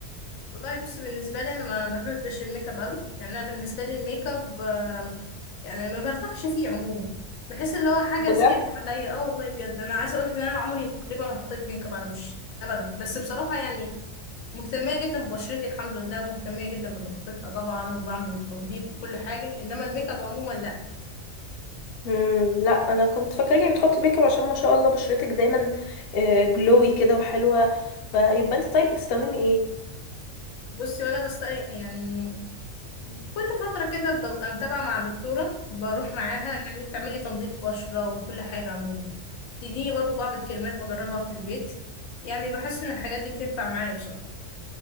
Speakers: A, on the left; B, on the left.
A: والله بصي بالنسبة لي انا ما بحبش الميك اب قوي يعني انا بالنسبة لي الميك اب آه، يعني ما برتاحش فيه عموما بحس اللي هو حاجة
B: بجد
A: زيادة عليا اه والله بجد انا عايزة اقولك ان انا عمري تقريبا ما حطيت ميك اب على وشي ابدا بس بصراحة يعني مهتمية جدا ببشرتي الحمد لله ومهتمية جدا بنظافتها طبعا وبعمل تنظيف وكل حاجة انما الميك اب عموما لا
B: مم، لا انا كنت فاكراكي بتحطي ميك اب عشان ما شاء الله بشرتك دايما جلوي كده وحلوه فيبقى انت طيب بتستخدمي ايه
A: بصي وانا بستقي يعني كل فترة كده ببقى متابعة مع دكتورة بروح معاها يعني بتعملي تنظيف بشرة وكل حاجة عموما تديني برضو بعض الكريمات بجربها في البيت يعني بحس ان الحاجات دي بتنفع معايا بصراحة